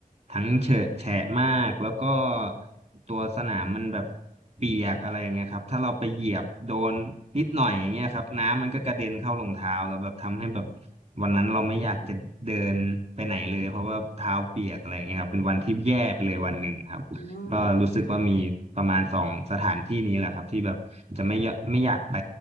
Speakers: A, on the right (about 45°); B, on the left (about 85°).
A: ทั้งเฉอะแฉะมากแล้วก็ตัวสนามมันแบบเปียกอะไรเงี้ยครับถ้าเราไปเหยียบโดนนิดหน่อยอย่างเงี้ยครับน้ำมันก็กระเด็นเข้ารองเท้าแล้วแบบทำให้แบบวันนั้นเราไม่อยากจะเดินไปไหนเลยเพราะว่าเท้าเปียกอะไรเงี้ยครับเป็นวันที่แย่ไปเลยวันหนึ่งครับ
B: อืม
A: ก็รู้สึกว่ามีประมาณสองสถานที่นี้แหละครับที่แบบจะไม่ยไม่อยากไป